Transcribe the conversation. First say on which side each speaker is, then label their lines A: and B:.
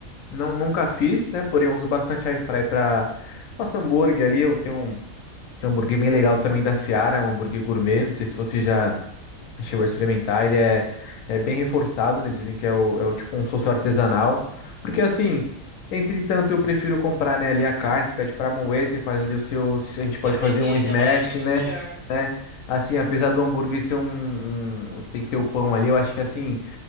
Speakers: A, on the left; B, on the right.
A: não nunca fiz, né? Porém, eu uso bastante air fry para faço hambúrguer ali, eu tenho um, tenho um hambúrguer bem legal também da Seara, é um hambúrguer gourmet, não sei se você já chegou a experimentar, ele é, é bem reforçado, né? Dizem que é o, é o tipo um sosso artesanal. Porque assim, entretanto, eu prefiro comprar, né, ali a carne, você pede pra moer, você faz ali o seu. A gente pode
B: Eu prefiro
A: fazer um smash,
B: também, acho muito
A: né?
B: melhor.
A: Né? Assim, apesar do hambúrguer ser um, um- Você tem que ter o pão ali, eu acho que assim.